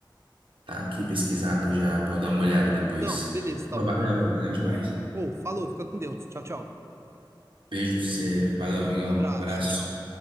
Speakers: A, on the right; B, on the right.
A: Tá aqui pesquisado já pra eu dar uma olhada depois.
B: Não, beleza, então.
A: Não, valeu, valeu demais.
B: Ou, falou, fica com Deus. Tchau, tchau.
A: Beijo pra você. Valeu, amigão.
B: Abraço,
A: Abraço.
B: tchau, tchau.